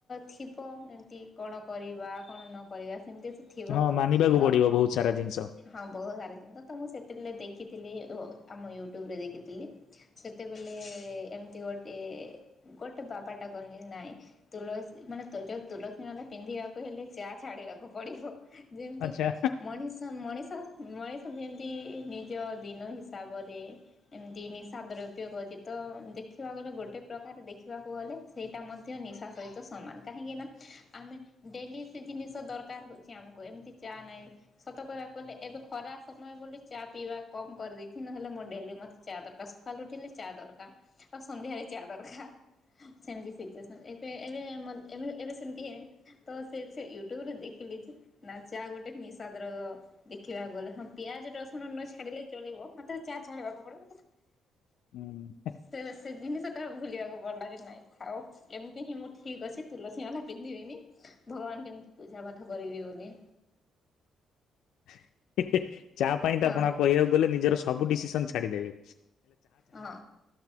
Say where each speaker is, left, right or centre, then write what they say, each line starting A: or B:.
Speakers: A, on the left (about 25°); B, on the left (about 80°).
A: ଥିବ ଏମିତି କଣ କରିବା କଣ ନ କରିବା? ସେମତି ଥିବ
B: ହଁ ମାନିବାକୁ
A: ତ
B: ପଡିବ ବହୁତ ସାରା ଜିନିଷ
A: ହଁ ବହୁତ ସାରା ଜିନିଶ ତ ମୁଁ ସେତିକି ଦେଖିଥିଲି ଆମ ୟୁଟ୍ୟୁବରେ ଦେଖିଥିଲି ସେତେବେଲେ ଏମିତି ଗୋଟେ ଗୋଟେ ବାବାଟା କ ନାଇଁ ତୁଲସୀ ମାନେ ଜଉ ତୁଲ ମାନେ ପିନ୍ଧିବାକୁ ହେଲେ ଚା ଛାଡିବାକୁ ପଡିବ। ଯେମିତି
B: ଆଚ୍ଛା।
A: ମଣିଷ ମଣିଷ ମଣିଷ ଯେମିତି ନିଜ ଦିନ ହିସାବରେ ଏମିତି ନିଶା ଦ୍ରବ୍ୟ ବ୍ୟତିତ ଦେଖିବାକୁ ଗଲେ ଗୋଟେ ପ୍ରକାର ଦେଖିବାକୁ ଗଲେ ସେଇଟା ମଧ୍ୟ ନିଶା ସହିତ ସମାନ କାହିଁକିନା ଆମେ ଡେଲି ସେ ଜିନିଷ ଦରକାର ହେଉଛି, ଆମକୁ ଏମିତି ଚା ନାହିଁ ସତ କହିବାକୁଗଲେ ଏବେ ଖରା ସମୟ ବୋଲି ଚା ପିଇବା କମ କରିଦେଇଛି ନହେଲେ ମୋ ଡେଲି ମୋତେ ଚା ଦରକାର ସକାଳୁ ଉଠିଲେ ଚା ଦରକାର ଆଉ ସନ୍ଧ୍ୟାରେ ଚା ଦରକାର ସେମିତି ସେ ଏବେ ଏବେ ଏବେ ଏବେ ସେମିତି ହେନ ତ ସେ ସେ ୟୁଟ୍ୟୁବରେ ଦେଖିଲି ଯେ ନା ଚା ଗୋଟେ ନିଶାଦ୍ରବ୍ୟ ଦେଖିବାକୁ ଗଲେ ହଁ ପିଆଜ ରସୁଣ ନ ଛାଡିଲେ ଚଲିବ ମତେ ଚା ଛାଡ଼ିବାକୁ ପଡିବ
B: ହୁଁ।
A: ସେ ସେ ଜିନିଷ ତ ଭୁଲିବାକୁ ପଡିଲା କି ନାଇଁ। ହଉ ଏମିତି ହିଁ ମୁଁ ଠିକ୍ ଅଛି ତୁଲସୀ ମାଲା ପିନ୍ଧିବିନି ଭଗବାନ କେମିତି ପୂଜା ପାଠ କରିବି ବୋଲି
B: <inaudible> ଚା ପାଇଁ ତ
A: ହଁ
B: ଆପଣ କହିବାକୁ ଗଲେ ନିଜର ସବୁ ଡିସିସନ ଛାଡ଼ି ଦେବେ।
A: ହଁ